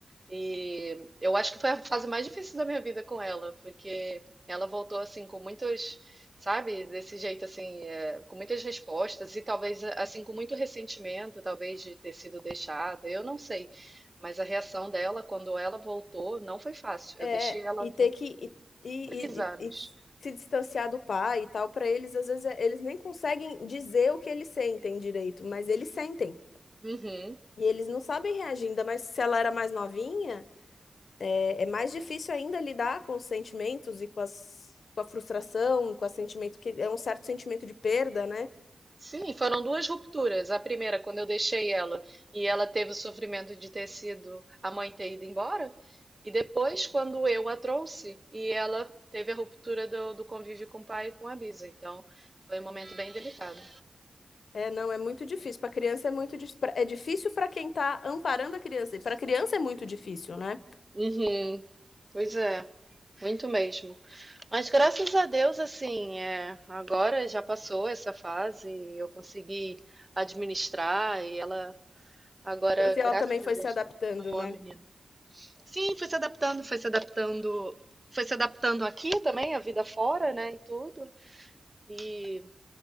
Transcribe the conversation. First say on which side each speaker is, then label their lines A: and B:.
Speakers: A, on the right; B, on the left.
A: E eu acho que foi a fase mais difícil da minha vida com ela, porque ela voltou assim com muitos, sabe, desse jeito assim, é, com muitas respostas e talvez assim com muito ressentimento, talvez de ter sido deixada, eu não sei. Mas a reação dela quando ela voltou não foi fácil.
B: é,
A: Eu deixei ela
B: e
A: com
B: ter que e, e-
A: três anos.
B: e- e se distanciar do pai e tal, para eles, às vezes, é- eles nem conseguem dizer o que eles sentem direito, mas eles sentem.
A: Uhum.
B: E eles não sabem reagir, ainda mais se ela era mais novinha, é, é mais difícil ainda lidar com os sentimentos e com as, com a frustração, com o sentimento que é um certo sentimento de perda, né?
A: Sim, foram duas rupturas. A primeira, quando eu deixei ela e ela teve o sofrimento de ter sido a mãe ter ido embora. E depois, quando eu a trouxe e ela teve a ruptura do, do convívio com o pai e com a Bisa. Então, foi um momento bem delicado.
B: É, não, é muito difícil. Para criança é muito dif- pra- é difícil para quem tá amparando a criança. E para criança é muito difícil, né?
A: Uhum. Pois é, muito mesmo. Mas graças a Deus, assim, é, agora já passou essa fase, eu consegui administrar e ela agora,
B: Pra- E ela
A: graças
B: também foi
A: a Deus,
B: se adaptando,
A: é uma boa
B: né?
A: menina. Sim, foi se adaptando, foi se adaptando, foi se adaptando aqui também, a vida fora, né, e tudo. E,